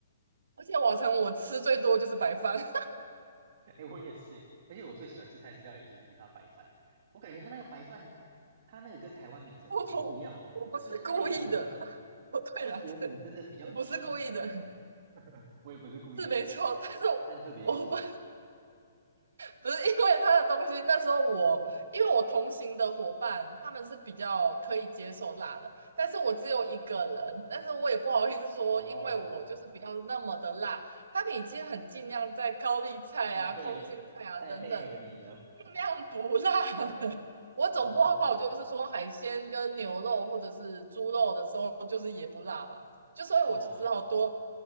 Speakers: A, on the right; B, on the right.
A: 而且瓦城我吃最多就是白饭，<laughs> 真的
B: <laughs> 哎、我也是哎、而且我最喜欢吃泰式料理机就是它白饭，我感觉它那个白饭，它那个跟台湾米很很不一样哦，
A: 我不我不是故意的啦，
B: 就是泰国米，
A: 不对啦，
B: 泰国米真的比较
A: <laughs> 我不是故意的，
B: Q 弹的感觉，<laughs> 我也不是故意的，
A: 是没错，但是我我不
B: 但特别喜欢
A: 不是因为他的东西，那时候我因为我同行的伙伴他们是比较可以接受辣的，但是我只有一个人，但是我也不好意思说，
B: 哦，
A: 因为我就是比较那么的辣，他们已经很尽量在高丽菜啊、
B: 再配
A: 空心菜啊等等
B: 再配合你的
A: 尽量不辣。<laughs> 我总不好就是说海鲜跟牛肉或者是猪肉的时候，
B: 哦
A: 就是也不辣吧，就所以我就只好多，
B: 哦